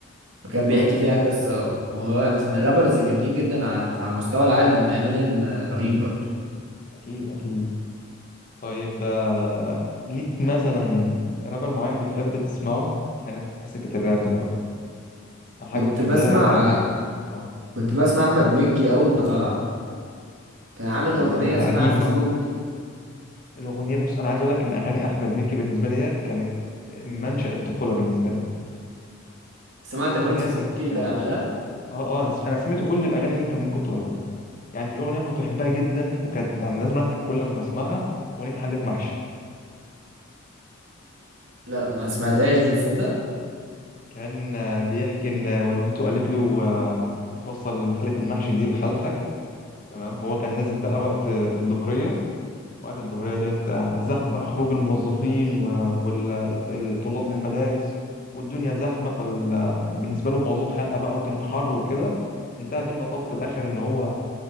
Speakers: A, on the right; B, on the left.
A: فكان
B: بالظبط
A: بيحكي فيها قصة وهو من الرابرز الجامدين جدا على على مستوى العالم امينيم رهيب
B: اكيد
A: برضه
B: اكيد اكيد طيب آه، ليك مثلا رابر معين بتحب تسمعه خلينا في سكه الراب دلوقتي او حاجه
A: كنت
B: بتحب
A: بسمع
B: لها اه اه
A: كنت بسمع أحمد مكي أول ما طلع كان عامل
B: آه،
A: أغنية
B: انت
A: اسمها
B: قديم
A: فيسبوكي
B: بقى الاغنيه بص انا عايز اقول لك ان اغاني احمد مكي بالنسبه لي ديت كانت منشأ الطفوله بالنسبه لي
A: سمعت
B: في اغنيه
A: أغنية فيسبوكي
B: كنت
A: اللي
B: اه
A: كان عاملها
B: اه انا س- أنا سمعت كل الاغاني اللي انت ممكن تقولها يعني في اغنيه كنت بحبها جدا وكانت يعني لازم اضحك كل لما اسمعها اغنيه حله محشي
A: لا ما سمعتهاش دي تصدق
B: كان آه، بيحكي ان والدته قالت له آه، وصل حله المحشي دي لخالتك تمام هو كان نازل بقى وقت آه، الظهريه وقت الظهريه ديت آه، زحمه بقى خروج الموظفين والطلاب من المدارس والدنيا زحمه فبالنسبه له الموضوع خانقه بقى وكانت حر وكده انتهى بيه المطاف في الاخر ان هو